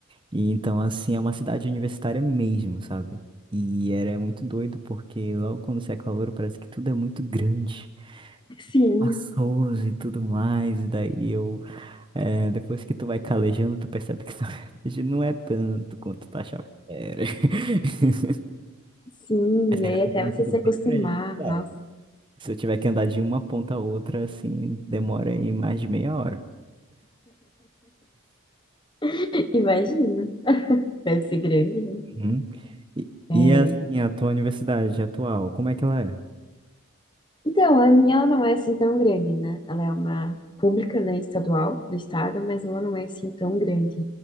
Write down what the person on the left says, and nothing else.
Sim,
sim.
E
aí
até você
se
acostumar,
nossa,
<laughs> imagina. Deve ser grande, né?
É.
Então, a minha ela não é assim tão grande, né? Ela é uma pública, né, estadual do estado, mas ela não é assim tão grande.